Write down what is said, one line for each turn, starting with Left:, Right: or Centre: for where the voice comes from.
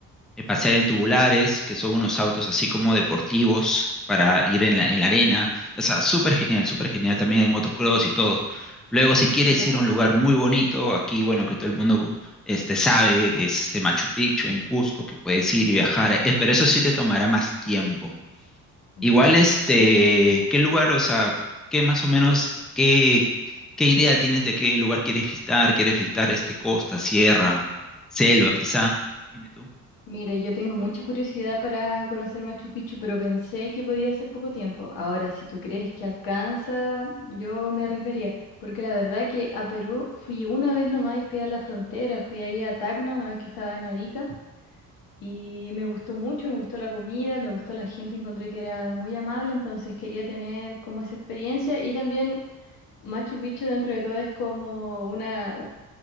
Centre: eh, pasear en tubulares, que son unos autos así como deportivos para ir en la, en la arena. O sea, súper genial, súper genial. También hay motocross y todo. Luego, si quieres
Left: va.
Centre: ir a un lugar muy bonito, aquí, bueno, que todo el mundo este, sabe, que es este Machu Picchu en Cusco, que puedes ir y viajar,
Left: Sí.
Centre: eh, pero eso sí te tomará más tiempo.
Left: ujú.
Centre: Igual, este,
Left: ¿Tú?
Centre: ¿qué lugar, o sea, qué más o menos, qué, qué idea tienes de qué lugar quieres visitar? ¿Quieres visitar este costa, sierra, selva, quizá? Dime tú.
Left: Mira, yo tengo mucha curiosidad para conocer Machu Picchu, pero pensé que podía ser poco tiempo. Ahora, si tú crees que alcanza, yo me arriesgaría, porque la verdad que a Perú fui una vez nomás y fui a la frontera, fui ahí a Tacna una vez que estaba en Arica y me gustó mucho, me gustó la comida, me gustó la gente, encontré que era muy amable, entonces quería tener como esa experiencia y también Machu Picchu dentro de todo es como una